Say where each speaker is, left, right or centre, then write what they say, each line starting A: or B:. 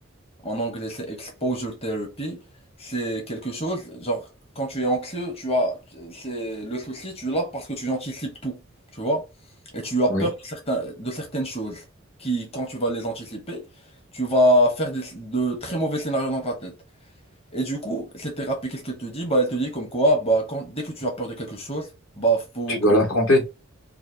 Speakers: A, on the left; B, on the left.
A: En anglais, c'est exposure therapy. C'est quelque chose, genre, quand tu es anxieux, tu as, c'est le souci, tu l'as parce que tu anticipes tout, tu vois? Et tu as
B: Oui.
A: peur de certains, de certaines choses qui, quand tu vas les anticiper, tu vas faire des- de très mauvais scénarios dans ta tête. Et du coup, cette thérapie, qu'est-ce qu'elle te dit? Bah, elle te dit comme quoi, bah, quand, dès que tu as peur de quelque chose, bah, faut
B: Tu
A: que,
B: dois l'affronter,